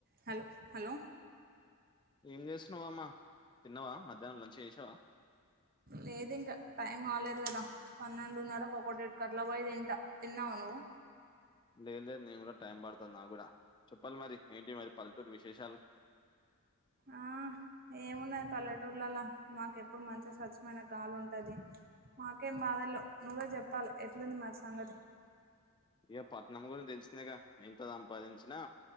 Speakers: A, on the right (about 40°); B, on the left (about 20°).
A: Hello hello
B: ఏం చేస్తున్నావా అమ్మా తిన్నావా మధ్యాహ్నం లంచ్ చేసావా
A: లేదు ఇంకా టైం కాలేదు కదా పన్నెండున్నరకి ఒకటిట్టికి అట్లా పోయి తింటా తిన్నావా నువ్వు
B: లేద్ లేద్ నేను కూడా టైం పడతాది నాక్ గూడ చెప్పాలి మరి ఏంటి మరి పల్లెటూరి విశేషాలు
A: ఆ ఏమున్నాది పల్లెటూర్లలో మాకేపూడు మంచిగా స్వచ్ఛమైన గాలి ఉంటది మాకేం బాధల్లేవ్ నువ్వే చెప్పాలి ఎట్లుంది మరి సంగతి
B: ఇగ పట్నం గురించి తెలిసిందెగ ఎంత సంపాదించినా